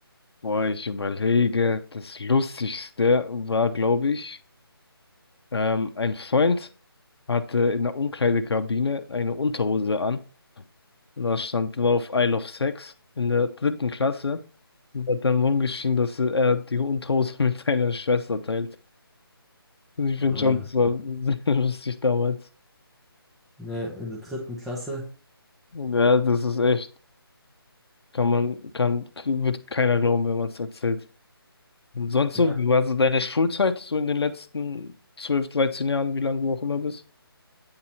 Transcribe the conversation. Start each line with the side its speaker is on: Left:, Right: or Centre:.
Left: Boah, ich überlege, das Lustigste war, glaube ich, ähm, ein Freund hatte in der Umkleidekabine eine Unterhose an. Da stand drauf Isle of Sex in der dritten Klasse und hat dann rumgeschrien, dass er die Unterhose <laughs> mit seiner Schwester teilt. Und ich finde
Centre: Äh,
Left: schon, das war sehr <laughs> lustig damals.
Centre: ne, in der dritten Klasse.
Left: Ja, das ist echt, kann man, kann, wird keiner glauben, wenn man es erzählt. Und sonst
Centre: Ja.
Left: so, wie war so deine Schulzeit, so in den letzten 12 13 Jahren, wie lange du auch immer bist?